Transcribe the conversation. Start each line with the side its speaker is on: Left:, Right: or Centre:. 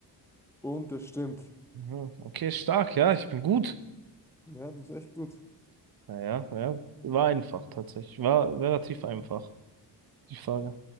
Centre: Und das stimmt.
Right: Mhm. Okay, stark, ja, ich bin gut.
Centre: Ja, das ist echt gut.
Right: Naja, ja, ja, war einfach tatsächlich. War relativ einfach, die Frage.